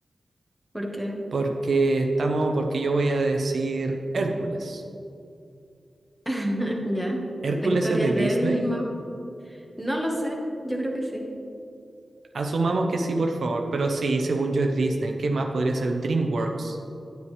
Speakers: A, in the centre; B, on the right (about 65°).
A: Porque
B: porque estamos, porque yo voy a decir Hércules.
A: <laughs> ya,
B: ¿Hércules
A: la historia
B: es de
A: es
B: Disney?
A: de él. ma- No lo sé, yo creo que sí.
B: Asumamos que sí, por favor, pero sí, según yo es Disney. ¿Qué más podría ser DreamWorks?